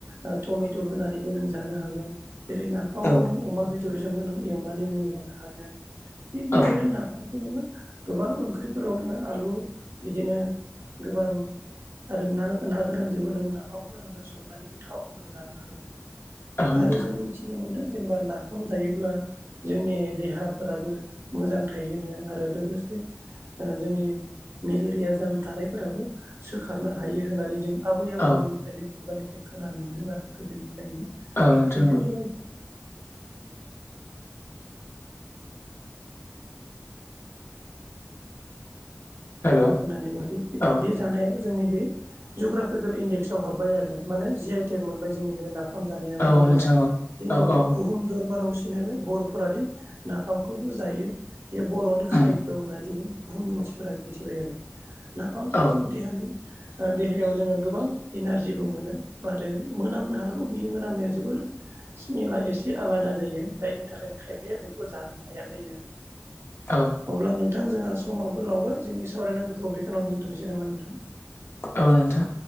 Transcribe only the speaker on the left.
औ
औ
औ
नोंथां
औ
ओ नोंथां
औ
हेल'
औ
औ
नोंथां औ
औ
उम
औ
औ
औ नोंथां